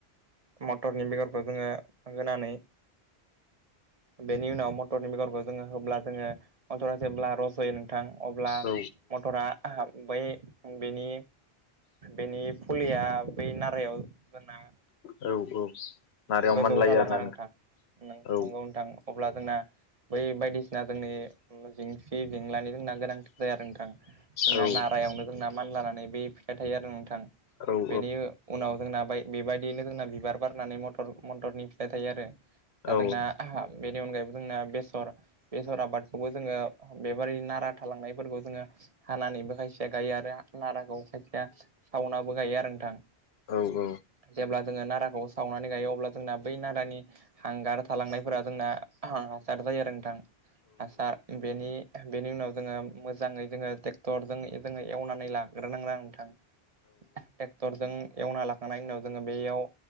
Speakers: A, on the right; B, on the left.
A: मथरनि बेगरखौ जोङो होनानै बेनि उनाव मटरनि बेगरखौ जोङो होब्ला जोङो मटरा जेब्ला रस होयो नोंथां अब्ला
B: औ
A: मटरा बै बेनि बेनि फुलिया बै नारायाव जोंना
B: औ औ नारायाव
A: गोजौ
B: मानलायो
A: जालाङो
B: आरोना
A: आरो नोंथां नों
B: औ
A: नंगौ नोंथां अब्ला जोंना बै बायदिसिना जोंनि जिंसि जेंलानि जोंना गोनांथिथार आरो नोंथां जोंना
B: औ
A: नारायावनो जोंना मान लानानै बे फिथा थायो आरो नोंथां
B: औ औ
A: बेनि उनाव जोंना बेबायदियैनो जोंना बिबार बारनानै मथ र मटरनि फिथाइ थायो आरो दा
B: औ
A: जोंना बे नि अनगायैबो जोंना बेसर बेसर आबादखौबो जोङो बेबादि नारा थालांनाय फोरफोरखौ जोङो हानानैबो खायसेया गायो आरो नाराखौ खायसेया सावनाबो गायो आरो नोंथां
B: औ औ
A: जेब्ला जोङो नाराखौ सावनानै गायो अब्ला जोंना बै नारानि हांगार थालांनायफोरा जोंना हासार जायो आरो नोंथां हासार बेनि बेनि उनाव जोङो मोजाङै जोङो ट्रेक्टरजों जोङो एवनानै लाग्रोनांदों नोंथां ट्रेक्टरजों एवना लाखांनायनि उनाव जोङो बेयाव